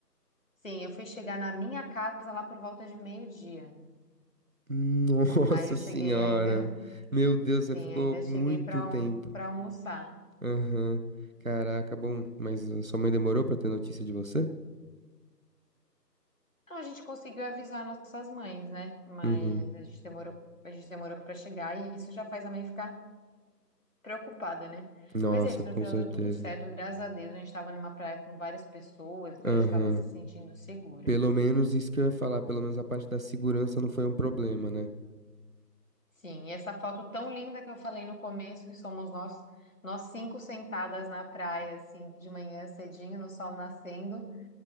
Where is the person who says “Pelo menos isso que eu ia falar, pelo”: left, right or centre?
Right